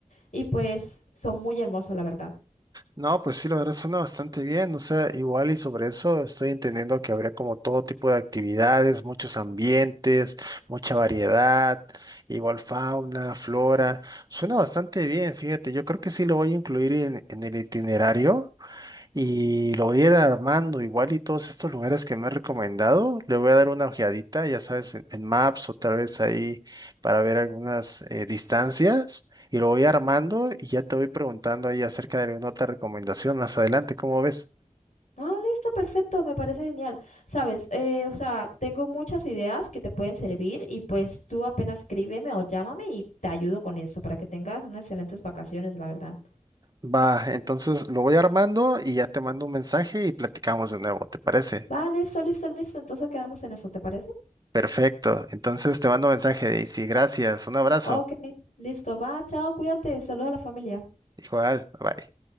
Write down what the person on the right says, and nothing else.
No, pues sí, la verdad suena bastante bien, o sea, igual y sobre eso estoy entendiendo que habría como todo tipo de actividades, muchos ambientes, mucha variedad, igual fauna, flora, suena bastante bien, fíjate, yo creo que sí lo voy a incluir en, en el itinerario y lo voy a ir armando igual y todos estos lugares que me he recomendado, le voy a dar una ojeadita, ya sabes, en, en Maps o tal vez ahí para ver algunas eh, distancias y lo voy armando y ya te voy preguntando ahí acerca de alguna otra recomendación más adelante, ¿cómo ves?
Va, entonces lo voy armando y ya te mando un mensaje y platicamos de nuevo, ¿te parece?
Perfecto, entonces te mando un mensaje, Daisy, gracias, un abrazo,
igual, bye.